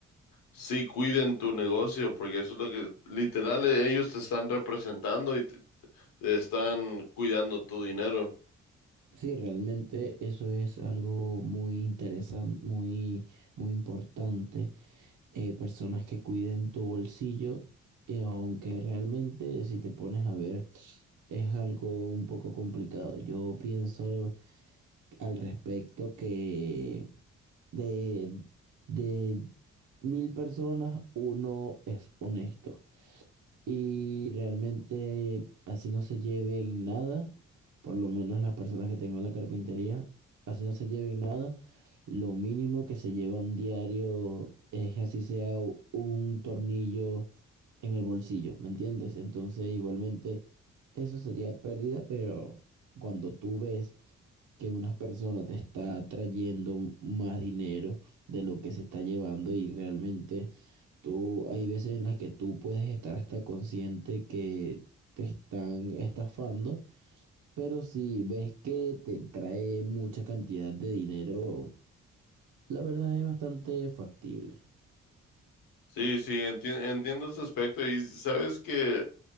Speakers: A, on the left; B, on the right.
A: Sí, cuiden tu negocio, porque eso es lo que literal e- ellos te están representando y te, te están cuidando tu dinero.
B: Sí, realmente eso es algo muy interesante, muy, muy importante eh, personas que cuiden tu bolsillo, y aunque realmente si te pones a ver es algo un poco complicado. Yo pienso al respecto que de, de mil personas uno es honesto. Y realmente así no se lleven nada, por lo menos las personas que tengo en la carpintería, así no se lleven nada. Lo mínimo que se llevan diario es así sea u- un tornillo en el bolsillo, ¿me entiendes? Entonces igualmente eso sería pérdida, pero cuando tú ves que una persona te está trayendo más dinero de lo que se está llevando y realmente... Tú, hay veces en las que tú puedes estar hasta consciente que te están estafando, pero si ves que te trae mucha cantidad de dinero, la verdad es bastante factible.
A: Sí, sí, enti- entiendo ese aspecto. Y sabes que,